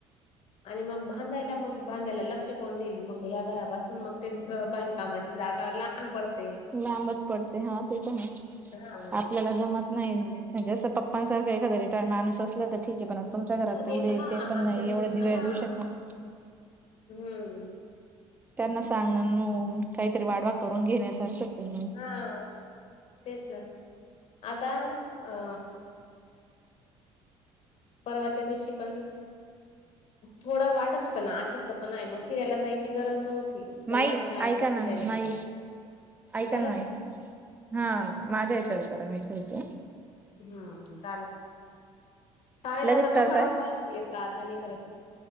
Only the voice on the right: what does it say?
लांबच पडते हा ते पण
आपल्याला मग नाही म्हणजे
असं पप्पांसारख एखादा रिटायर्ड माणू असलं तर ठीक आहे पण? तुमच्या घरात
तेवढे
ते पण
नाही एवढे दिवेळ
देऊ शकणार.
त्यांना सांगणार न काहीतरी वाडवा करून घेण्यासारखं
माई
ऐका ना
माई ऐका
ना माई हा माझ्या विचारत मी ठेवतो
लगेच
करताय